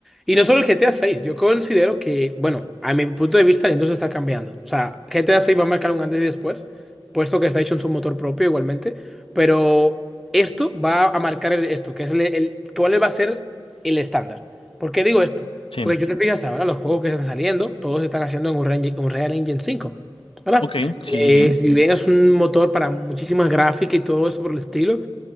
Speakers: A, in the centre; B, on the left.
A: Y no solo el GTA 6, yo considero que, bueno, a mi punto de vista la industria está cambiando. O sea, GTA 6 va a marcar un antes y después, puesto que está hecho en su motor propio igualmente, pero esto va a marcar el- esto, que es el, el- cuál va a ser el estándar. ¿Por qué digo esto?
B: sí.
A: Porque yo te fijas ahora, los juegos que están saliendo, todos están haciendo en Unreal Engine Unreal Engine cinco ¿verdad?
B: Ok, sí,
A: Eh,
B: sí, sí.
A: si bien es un motor para muchísimas gráficas y todo eso por el estilo,